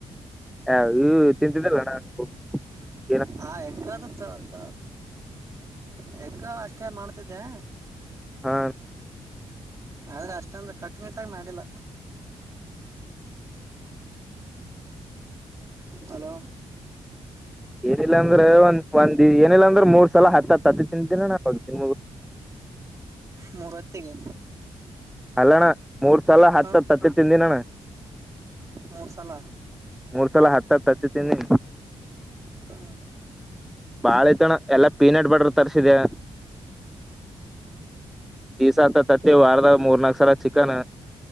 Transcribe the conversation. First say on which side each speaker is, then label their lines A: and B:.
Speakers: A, in the centre; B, on the right (about 30°).
A: ಹ ಇ ತಿಂತಿದ್ದಲ್ಲ ಅಣ್ಣ <unintelligible>
B: ಹಾ ಹೆಂಗದ ತತ್ತ. ಹೆಗ್ಗ ಅಷ್ಟೇ ಮಾಡ್ತಿದ್ದೆ.
A: ಹಾ
B: ಆದ್ರೆ ಅಷ್ಟೊಂದು ಕಟ್ಟನಿಟ್ಟಾಗಿ ಮಾಡಿಲ್ಲ. ಹಲೋ
A: ಏನಿಲ್ಲಾಂದ್ರೆ ಒಂದ್ ಒಂದ ಏನಿಲ್ಲಾಂದ್ರೆ ಮೂರ್ ಸಲ ಹತ್ತತ್. ತತ್ತಿ ತಿಂತಿನ್ ಅಣ್ಣ <unintelligible>
B: ಮೂರೊತ್ತಿಗೆ
A: ಅಲ್ಲಣ್ಣ ಮೂರ್ ಸಲ ಹತ್
B: ಹ
A: ಹತ್ ತತ್ತಿ ತಿಂದಿನ್ ಅಣ್ಣ.
B: ಮೂರ್ ಸಲ
A: ಮೂರ್ ಸಲ ಹತ್ ಹತ್ ತ್ತತಿ ತಿಂದಿನಿ.
B: ಹ್ಮ್
A: ಬಲೈತ್ ಅಣ್ಣ ಎಲ್ಲಾ ಪೀನಟ್ ಬಟರ್ ತರ್ಸಿದೆ ದಿಸತ್ ತತ್ತಿ ವಾರದ ಮೂರ್ನಾಕ್ ಸಲ ಚಿಕನ್.